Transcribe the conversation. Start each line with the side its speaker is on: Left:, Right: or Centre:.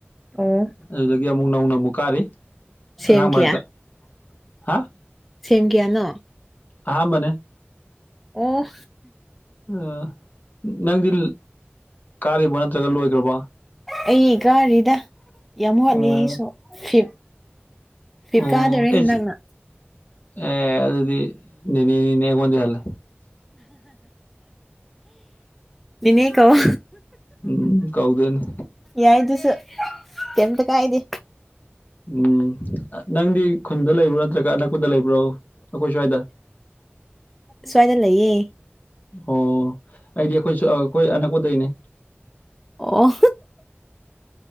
Centre: ꯑꯣ
Left: ꯑꯗꯨꯗꯒꯤ ꯑꯃꯨꯛ ꯅꯧꯅ ꯑꯃꯨꯛ ꯀꯥꯔꯤ
Centre: ꯁꯦꯝ
Left: ꯑꯉꯥꯡ
Centre: ꯀꯌꯥ
Left: ꯃꯔꯛꯇ ꯍꯥ
Centre: ꯁꯦꯝ ꯀꯌꯥꯅꯣ
Left: ꯑꯍꯥꯟꯕꯅꯦ
Centre: ꯑꯣ
Left: ꯑ ꯅꯪꯗꯤ ꯀꯥꯔꯤꯕꯣ ꯅꯠꯇ꯭ꯔꯒ ꯂꯣꯏꯒ꯭ꯔꯕꯣ
Centre: ꯑꯩ ꯀꯥꯔꯤꯗ ꯌꯥꯝ ꯋꯥꯠꯂꯤ
Left: ꯑꯣ
Centre: ꯑꯩꯁꯨ ꯐꯤꯐ ꯐꯤꯐ
Left: ꯑꯣ
Centre: ꯀꯥꯗꯧꯔꯦ ꯍꯟꯗꯛꯅ
Left: ꯑꯦꯁ ꯑꯦ ꯑꯗꯨꯗꯤ ꯅꯦꯅꯦ ꯅꯤꯅꯦ ꯑꯩꯉꯣꯟꯗꯤ ꯍꯜꯂꯦ
Centre: ꯅꯦꯅꯦ ꯀꯧꯋꯣ
Left: ꯎꯝ ꯀꯧꯗꯣꯏꯅꯦ
Centre: ꯌꯥꯏꯗꯨꯁꯨ ꯀꯩꯝꯇ ꯀꯥꯏꯗꯦ
Left: ꯎꯝ ꯅꯪꯗꯤ ꯈꯨꯟꯗ ꯂꯩꯕ꯭ꯔꯣ ꯅꯠꯇ꯭ꯔꯒ ꯑꯅꯛꯄꯗ ꯂꯩꯕ꯭ꯔꯣ ꯑꯩꯈꯣꯏ ꯁ꯭ꯋꯥꯏꯗ
Centre: <inaudible> ꯁ꯭ꯋꯥꯏꯗ ꯂꯩꯌꯦ
Left: ꯑꯣ ꯑꯩꯗꯤ ꯑꯩꯈꯣꯏꯁꯨ ꯑꯩꯈꯣꯏ ꯑꯅꯛꯄꯗꯩꯅꯦ
Centre: ꯑꯣ